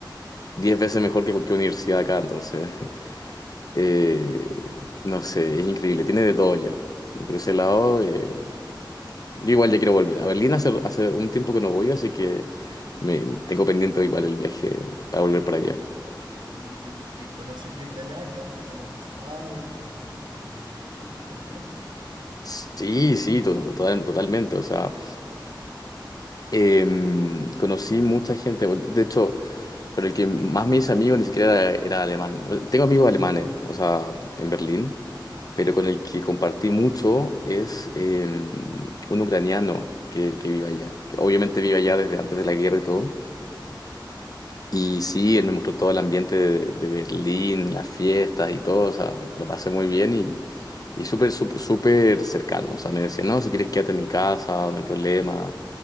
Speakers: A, on the left; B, on the right.
A: 10 veces mejor que cualquier universidad acá, entonces, <laughs> eh, no sé, es increíble, tiene de todo allá. Y Por ese lado, eh, yo igual ya quiero volver. A Berlín hace, hace un tiempo que no voy, así que me, tengo pendiente igual el viaje para volver para allá.
B: Y que, y que conoces gente allá, quedaste con amistades, con, con, con ticos por allá.
A: Sí, sí, to- total- totalmente, o sea... Em, conocí mucha gente, de hecho, con el que más me hice amigo ni siquiera era, era alemán. O- Tengo amigos alemanes, o sea, en Berlín, pero con el que compartí mucho es em, un ucraniano que, que vive allá, que obviamente vive allá desde antes de la guerra y todo. Y sí, él me mostró todo el ambiente de, de Berlín, las fiestas y todo, o sea, lo pasé muy bien y, y súper, súper, súper cercano. O sea, me decía, no, si quieres quédate en mi casa, no hay problema.